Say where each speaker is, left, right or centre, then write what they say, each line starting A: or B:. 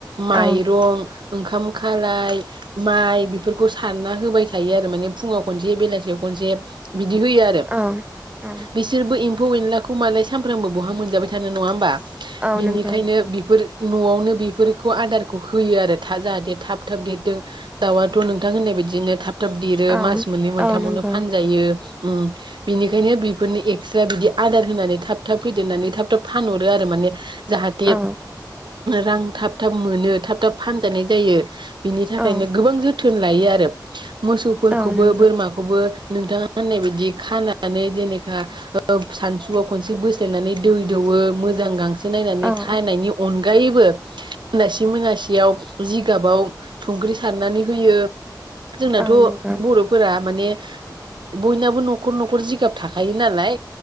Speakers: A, on the right; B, on the right.
A: माइ
B: औ
A: गं ओंखाम खालाइ माइ बेफोरखौ सारना होबाय थायो आरो माने फुङाव खनसे बेलासेयाव खनसे बिदि होयो आरो
B: औ औ
A: बिसोरबो एम एम्फौ-एनलाखौ मालाय सानफ्रोमबो बहा मोनजाबाय थानो नङा होमबा?
B: औ
A: बिनिखायनो
B: नंगौ
A: बिफोर न'आवनो बेफोरखौ आदार खौ होयो आरो था जाहाथे थाब थाब देरथों दाउआथ' नोंथां होननाय बायदिनो थाब थाब देरो
B: औ
A: मास मोननै मोन्थामावनो
B: औ नंगौ
A: फानजायो। उम बिनिखायनो बेफोरनो एक्सट्रा बिदि आदार होनानै थाब थाब फेदेरनानै थाब थाब फानहरो आरो माने। जाहाथे
B: औ
A: रां थाब थाब मोनो। थाब थाब फानजानाय जायो। बिनि थाखायनो
B: औ
A: गोबां जोथोन जोथोन लायो आरो। मोसौफोरखौबो
B: औ नंगौ
A: बोरमाखौबो नोंथाङा होननाय बायदि खानानै दिनै औ सानसु खनसे बोस्लायनानै दै दौवो मोजां गांसो नायनानै
B: औ
A: खानायनायनि अनगा बयबो <unintelligible> मोनासेयाव जिगाबाव संख्रि सारनानै होयो। जोंनाथ'
B: औ नंगौ
A: बर'फोरा माने, बयनाबो न'खर न'खर जिगाब थाखायो नालाय।